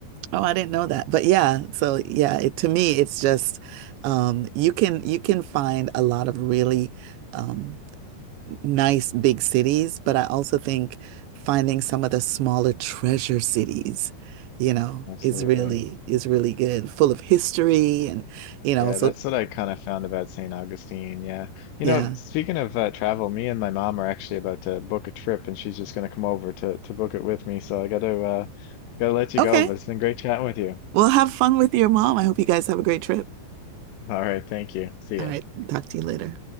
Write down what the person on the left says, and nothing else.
absolutely.
Yeah,
that's what I kind of found about St. Augustine. Yeah. You
know, speaking of uh, travel, me and my mom are actually about to book a trip and she's just going to come over to, to book it with me. So I got to uh, got to let you
go, but it's been great chatting with you.
All right, thank you. See
ya.